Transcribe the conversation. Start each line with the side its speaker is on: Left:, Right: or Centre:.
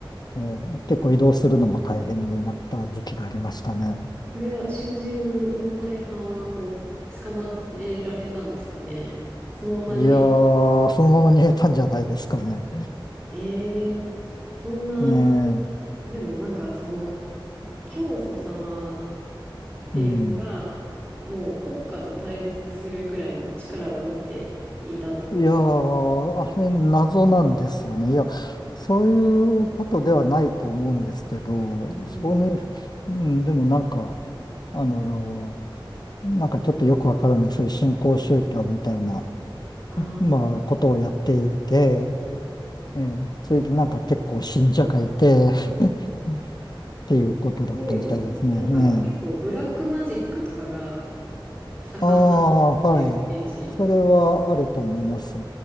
Left: ええ結構移動するのも大変になった時期がありましたね。
Right: これは囚人の大半はこう、捕まえられたんですかね。そのまま逃げに。
Left: いやー、そのまま逃げたんじゃないですかね。
Right: ええそんなこ、
Left: ねえ、
Right: でもなんかその、教祖様っていうのが、
Left: うん。
Right: もう国家と対立するぐらいの力を持っていたってことな
Left: いやー、あれ謎なんですよね。いや、そういうことではないと思うんですけど、
Right: のうん、
Left: そうね、うん、でもなんか、あの、なんかちょっとよくわからない、そういう新興宗教みたいな、
Right: ああ、
Left: まあ、ことをやっていて、ええそれでなんか結構信者がいて、<laughs> っていうことだったみたいですね。
Right: すごいですね。なんか結構ブラックマジックとかが
Left: ええ
Right: 盛んなのかなっていうイメージ。
Left: ああ、はい。それはあると思います。